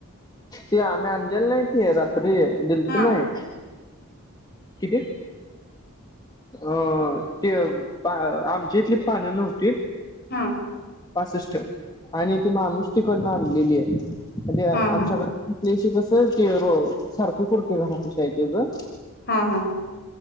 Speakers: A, on the left; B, on the left.
A: ते आम्ही आणलेली नाहीती रात फ्री दिल्ती
B: हा
A: नाही किती अ ते आमची इतली पानं नव्हतीत
B: हा
A: पासष्ट आणि ती मा माणुसतीकडून आणलेली आहे म्हणजे आमच्याक
B: हा हा
A: कस ते सारखं करतोय घरापाशी आहे त्याचं
B: हा हा